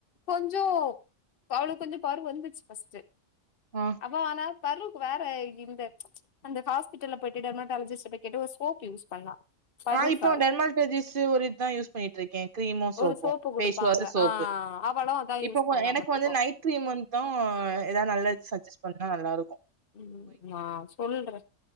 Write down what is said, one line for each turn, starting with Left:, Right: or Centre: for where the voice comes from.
Left: கொஞ்சோ அவளுக்கு கொஞ்ச பரு வந்துச்சு ஃபஸ்டு
Right: ஆ
Left: அவ்வ ஆனா பருவுக்கு வேற இந்த அந்த ச்சு ஹாஸ்பிட்டல போயிட்டு டெர்மட்டாலஜிஸ்ட் கேட்டு ஒரு சோப் யூஸ் பண்ணா பருக்காக
Right: நான் இப்போ டெர்மல் டேஜிஸ் ஒரு இது தா யூஸ் பண்ணிற்று இருக்கேன் கிரீமும் சோப்பும்
Left: ஒரு சோப்பு குடுப்பாங்க
Right: பேஸ் வாஷ் சோப்பு
Left: ஆ அவளு அதா யூஸ்
Right: இப்பவு
Left: பண்ணா
Right: எனக்கு
Left: பாத்துக்கோ
Right: வந்து நைட் கிரீம் வந்தும் எதாவது நல்ல சஜெஸ் பண்ணா எல்லாருக்கும்
Left: ம் நான் சொல்றேன்